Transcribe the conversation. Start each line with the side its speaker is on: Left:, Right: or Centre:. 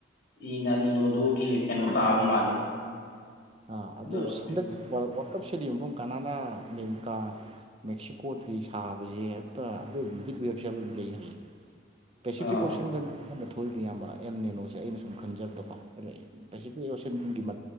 Left: ꯇꯤ ꯅꯅꯤꯅꯣꯗꯨꯒꯤ ꯀꯩꯅꯣ ꯇꯥꯕ ꯃꯥꯜꯂꯦ
Right: ꯑ ꯑꯗꯨ
Left: ꯑꯗꯣ
Right: ꯍꯟꯗꯛ
Left: ꯎꯝ
Right: ꯋꯥꯜ ꯋꯥꯜ ꯀꯞ ꯁꯤꯗꯤ ꯏꯕꯨꯡ ꯀꯅꯥꯗ ꯃꯤꯜꯀꯥ ꯃꯦꯛꯁꯤꯀꯣꯗ꯭ꯔꯤ ꯁꯥꯕꯖꯦ ꯍꯦꯛꯇ ꯑꯗꯨꯒꯤ ꯍꯤꯠ ꯔꯤꯑꯦꯛꯁꯟ ꯂꯩ ꯍꯥꯏꯌꯦ ꯄꯦꯁꯤꯐꯤꯛ
Left: ꯑꯥ
Right: ꯑꯣꯁꯤꯟꯗ ꯑꯌꯥꯝꯗ ꯊꯣꯛꯏꯗꯤ ꯌꯥꯝꯕ ꯑꯦꯜ ꯅꯦꯅꯣꯁꯦ ꯑꯩꯅ ꯁꯨꯝ ꯈꯟꯖꯕꯗꯀꯣ ꯑꯩꯅ ꯄꯦꯁꯤꯐꯤꯛ ꯑꯣꯁꯤꯟꯒꯤ ꯃ